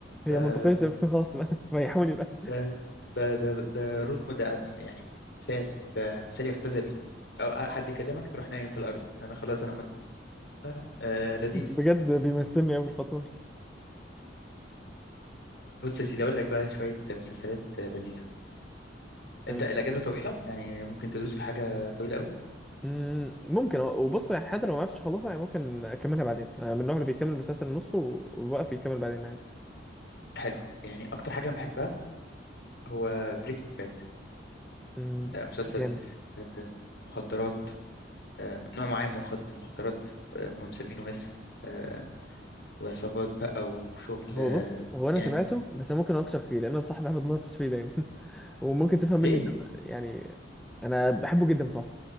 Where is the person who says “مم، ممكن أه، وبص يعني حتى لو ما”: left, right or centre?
Centre